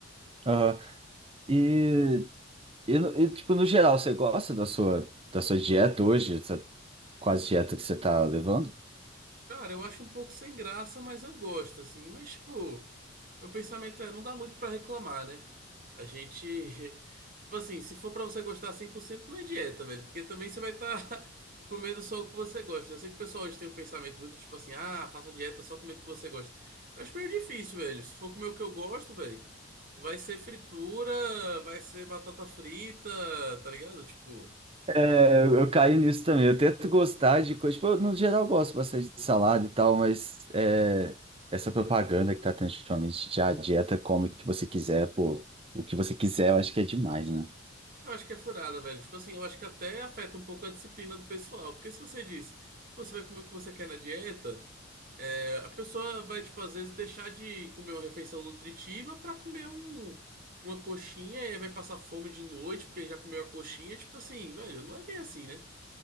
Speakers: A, on the right; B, on the right.
A: aham. E, e, no- e, tipo no geral, você gosta da sua da sua dieta hoje, essa quase dieta que você tá levando?
B: Cara, eu acho um pouco sem graça, mas eu gosto, assim. Mas, tipo, meu pensamento é, não dá muito pra reclamar, né? A gente, <laughs> tipo assim, se for pra você gostar 100%, não é dieta, velho. Porque também você vai estar <laughs> comendo só o que você gosta. Eu sei que o pessoal hoje tem um pensamento muito, tipo assim, ah, faça dieta só comendo o que você gosta. Eu acho meio difícil, velho. Se for comer o que eu gosto, velho, vai ser fritura, vai ser batata frita, tá ligado? Tipo...
A: É, eu eu caí nisso também. Eu tento gostar de coisa. Tipo, eu, no geral, eu gosto bastante de salada e tal, mas é, essa propaganda que tá tendo ultimamente de a dieta come o que você quiser, pô, o que você quiser, eu acho que é demais, né?
B: Eu acho que é furada, velho. Tipo assim, eu acho que até afeta um pouco a disciplina do pessoal. Porque se você diz, você vai comer o que você quer na dieta, é, a pessoa vai, tipo, às vezes deixar de comer uma refeição nutritiva pra comer um, uma coxinha e aí vai passar fome de noite porque já comeu a coxinha. Tipo assim, velho, não é bem assim, né?